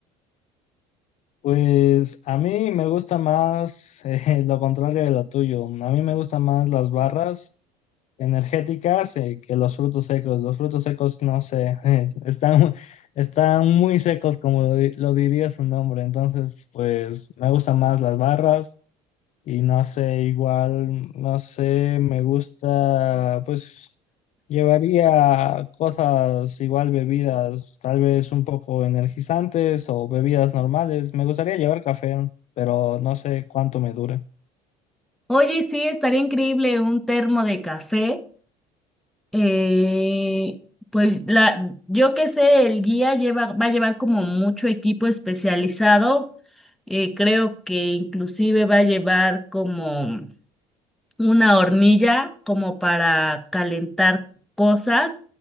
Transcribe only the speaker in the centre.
Oye, sí, estaría increíble un termo de café. Eh, pues la, yo que sé, el guía lleva, va a llevar como mucho equipo especializado. Eh, creo que inclusive va a llevar como una hornilla como para calentar cosas.